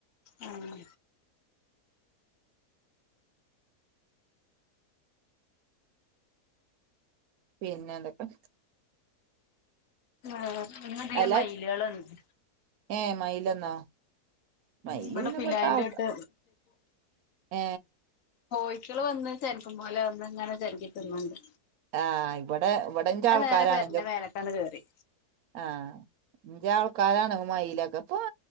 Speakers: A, on the left; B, on the right.
A: അഹ്
B: പിന്നെന്തൊക്കെ?
A: ആ ഇന്ന് തിലെ
B: അല്ല
A: മയിലകള് വന്ന്.
B: ഏ മയില് വന്നാ. മയില്
A: ഇവിടെ
B: പിന്നെവടത്തെ
A: പിലായിന്റെട്ട്
B: ആൾക്കാ ആ.
A: കോയിക്കള് വന്ന് ചെൽക്കുംപോലെ, വന്ന്ങ്ങനെ ചൽക്കി തിന്നൊണ്ട്.
B: ആഹ് ഇവടെ ഇവിടേം ഇന്റെ ആൾക്കാരാണെന്റെ,
A: നേരെ പെരന്റെ മേലക്കാണ്ട് കേറി
B: ആഹ് ന്റെ ആൾക്കാരാണ് മയിലൊക്കെ പൊയ